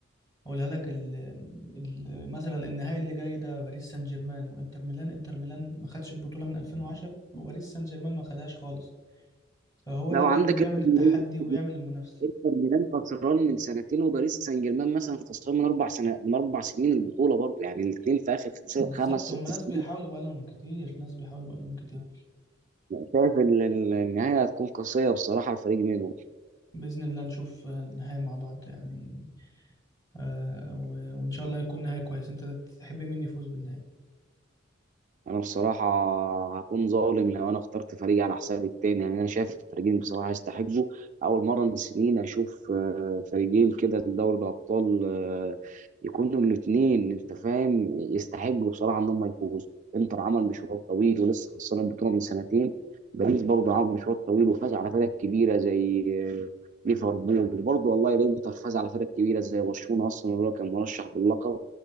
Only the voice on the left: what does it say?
أقولها لك ال ال مثلا النهائي اللي جاي ده باريس سان جيرمان وإنتر ميلان إنتر ميلان ما خدش البطولة من 2010 وباريس سان جيرمان ما خدهاش خالص فهو
ده بقى
اللي بيعمل
التحدي
وبيعمل المنافسة
بالظبط
هما ناس
بيحاولوا بقالهم كتير ناس بيحاولوا بقالهم كتير
بإذن الله نشوف النهائي مع بعض يعني آه و- وإن شاء الله يكون نهائي كويس أنت تحب مين يفوز بالنهائي